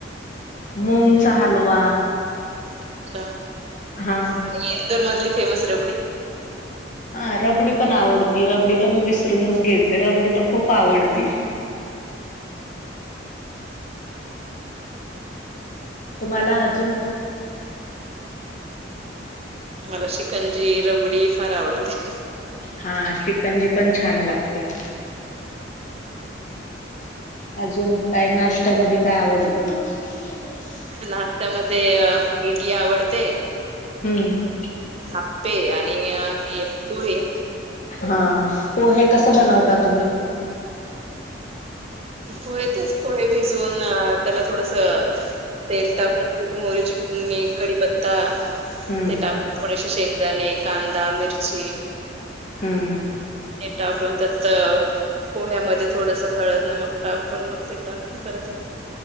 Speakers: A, on the left; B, on the right.
A: मूंगचा हालवा.
B: अच्छा
A: हा
B: आणि इंदोर मधली फेमस रबडी.
A: हा रबडी पण आवडती रबडी तर मी विसरूनच गेलते रबडी तर खूप आवडती. तूम्हाला अजुन
B: मला शिकंजी रबडी फार आवडते.
A: हा शिकंजी पण छान लागते. अजून काय नाष्ट्यामध्ये काय आवडत? हम् <unintelligible>
B: नाष्टा मध्ये इडली आवडते.
A: हम्म
B: आप्पे आणि पोहे
A: हा पोहे कस बनवता तुम्ही.
B: पोह तेच पोहे भिजून त्याला थोडस तेल टाकून जीरे मोहरीची फुडणी कडीपत्ता
A: हम्म
B: ते टाकून थोडेसे शेंगदाणे, कांदा, मिरची.
A: हम्म
B: ते टाकून त्यात. पोह्यामध्ये थोडस हळद, नमक टाकून मग ते टाकून करते.